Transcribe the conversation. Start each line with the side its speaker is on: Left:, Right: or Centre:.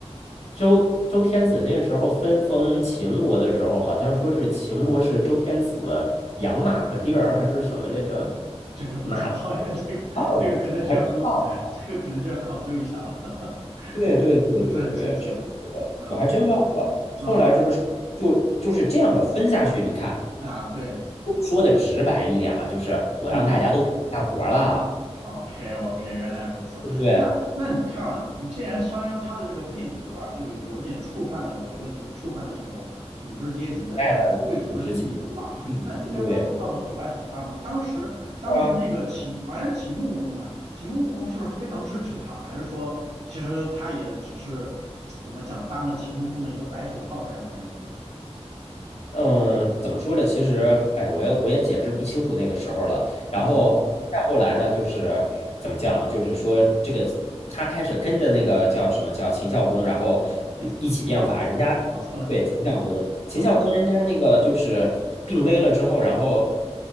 Left: 周周天子那个时候分封秦国的时候，好像说是秦国是周天子养马的地儿，还是什么来着？
Right: 这个不知道哎，
Left: 马
Right: <laughs> 这个这个可能需要考，
Left: 忘了，我还真忘了。
Right: 这个可能需要考究一下吧，<laughs>
Left: 对对对对对，
Right: 我不我不是很清楚哎，
Left: 是是的，
Right: 嗯
Left: 我还真忘了。后来这不是就就是这样的分下去？
Right: 嗯
Left: 你看，
Right: 啊，对。
Left: 说的直白一点嘛，就是我让大家都开始干活了，
Right: 嗯，OK OK，原来如此。
Left: 对不对？
Right: 那那你看啊，你既然商鞅他的这个变革啊，就有点触犯了，我觉得就触犯了这种统治阶级的，
Left: 带着统治阶级利益，
Right: 像什么贵族的利益的话，那应该他受到的阻碍很大嘛。
Left: 对
Right: 当时当时那个秦好像是秦穆公嘛，
Left: 啊，
Right: 秦穆公是不是非常支持他，还是说其实他也只是怎么讲当了秦穆公的一个白手套这样的感觉？
Left: 嗯，怎么说呢？其实，哎，我也我也解释不清楚那个时候了。然后再后来呢，
Right: 嗯，
Left: 就是怎么讲，就是说这个他开始跟着那个叫什么叫秦孝公，然后嗯一起变法。
Right: 秦孝公，
Left: 人家
Right: 对不起搞错了，
Left: 对秦孝公，秦孝公人家那个就是病危了之后，然后